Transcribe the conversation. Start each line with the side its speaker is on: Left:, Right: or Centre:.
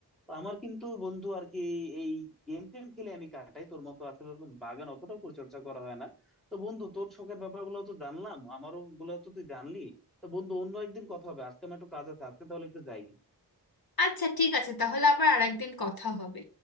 Centre: তো আমার কিন্তু বন্ধু আর কি এই গেম টেম খেলে আমি কাটাই তোর মতো আসলে ওরকম বাগান অতটাও পরিচর্যা করা হয় না তো বন্ধু তোর শখের ব্যাপারগুলো তো জানলাম আমারও গুলো তো তুই জানলি তো বন্ধু অন্য একদিন কথা হবে আজকে আমার একটু কাজ আছে আজকে তাহলে একটু যাই
Left: আচ্ছা ঠিক আছে তাহলে আবার আরেকদিন কথা হবে